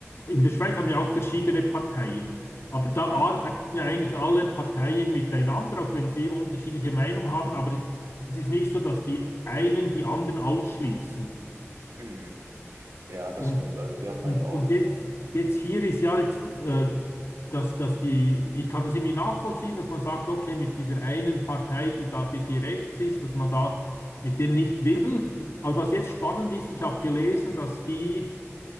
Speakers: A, on the left (about 60°); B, on the right (about 75°).
A: äh, in der Schweiz haben wir auch verschiedene Parteien, aber da
B: hm,
A: arbeiten ja eigentlich alle Parteien miteinander, auch wenn sie unterschiedliche Meinungen haben, aber es ist nicht so, dass die einen die anderen ausschließen.
B: hm, ja, das
A: Und,
B: stimmt. Also wir haben
A: und,
B: halt auch,
A: und jetzt, jetzt hier ist ja jetzt, äh, dass, dass die, ich kann das irgendwie nachvollziehen, dass man sagt, okay, mit dieser einen Partei, die da ein bisschen rechts ist, dass man da mit denen nicht will. Aber was jetzt spannend ist, ich habe gelesen, dass die